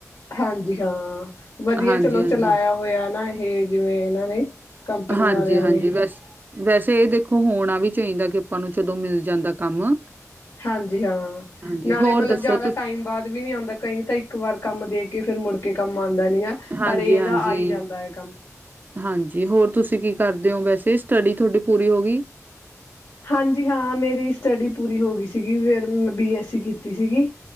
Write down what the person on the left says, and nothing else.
ਹਾਂਜੀ ਹਾਂ, ਵਧੀਆ
ਚਲੋ ਚਲਾਇਆ ਹੋਇਆ ਨਾ ਇਹ ਜਿਵੇਂ ਇਹਨਾਂ ਨੇ। ਕੰਪਨੀਆਂ
ਵਾਲਿਆਂ ਨੇ।
ਹਾਂਜੀ ਹਾਂ
ਨਾਲੇ
ਮਤਲਬ
ਜਿਆਦਾ
ਟਾਈਮ ਬਾਅਦ ਵੀ ਨੀ ਆਉਂਦਾ ਕਈ ਤਾਂ ਇੱਕ ਵਾਰ ਕੰਮ ਦੇਖ ਕੇ ਫ਼ਿਰ ਮੁੜਕੇ ਕੰਮ ਆਉਂਦਾ ਨੀ ਆ
ਪਰ ਇਹਦਾ ਆਈ
ਜਾਂਦਾ ਹੈ ਕੰਮ
ਹਾਂਜੀ ਹਾਂ ਮੇਰੀ ਸਟੱਡੀ ਪੂਰੀ ਹੋ ਗਈ ਸੀਗੀ ਫਿਰ ਮੈ ਬੀ-ਐੱਸੀ ਕੀਤੀ ਸੀਗੀ